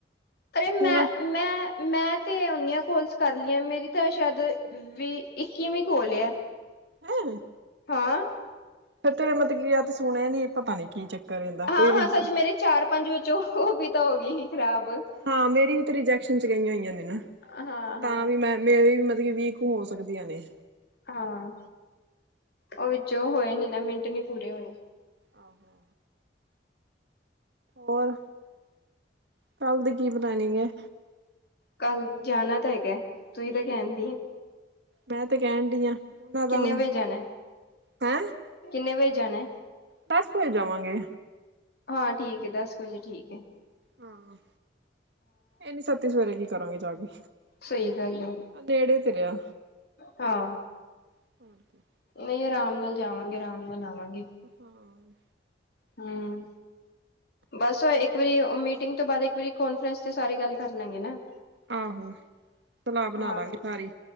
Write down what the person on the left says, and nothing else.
ਅਰੇ ਮੈਂ
ਮੈਂ -ਮੈਂ ਤੇ ਓਨੀਆਂ ਕੋਲਸ ਕਰ ਲਈਆਂ ਮੇਰੀ ਤਾਂ ਸ਼ਾਇਦ ਵੀ ਇੱਕੀ ਵੀਂ ਕੋਲ ਐ।
ਹਾਂ।
ਹਾਂ
ਹਾਂ ਸੱਚ
ਮੇਰੇ ਚਾਰ ਪੰਜ ਵਿੱਚ ਉਹ ਵੀ ਤਾਂ ਹੋ ਗਈ ਸੀ ਖ਼ਰਾਬ
ਹਾਂ ਹਾਂ
ਹਾਂ ਉਹ ਵਿੱਚੋਂ ਹੋਏ ਨੀ ਨਾ ਮਿੰਟ ਨੀ ਪੂਰੇ ਹੋਏ।
ਕੱਲ ਜਾਣਾ ਤਾਂ ਹੈਗਾ ਤੁੂੰਂ ਤਾਂ ਕਹਿੰਦੀ ਆ।
ਕਿੰਨੇ
ਵਜੇ ਜਾਣਾ
ਕਿੰਨੇ ਵਜੇ ਜਾਣਾ?
ਹਾਂ ਠੀਕ ਹੈ ਦੱਸ ਕੁ ਵਜੇ ਠੀਕ ਏ।
ਸਹੀ ਗੱਲ ਹੈ
ਹਾਂ।
ਨਹੀਂ ਆਰਾਮ ਨਾਲ ਜਾਵਾਂਗੇ ਆਰਾਮ ਨਾਲ ਆਵਾਂਗੇ।
ਹਾਂ। ਬਸ ਇੱਕ ਵਾਰੀ ਮੀਟਿੰਗ ਤੋਂ ਬਾਅਦ ਇੱਕ ਵਾਰੀ ਕਨਫਰੰਸ ਤੇ ਸਾਰੇ ਗੱਲ ਕਰ ਲਾਂਗੇ ਨਾ।
ਹਾਂ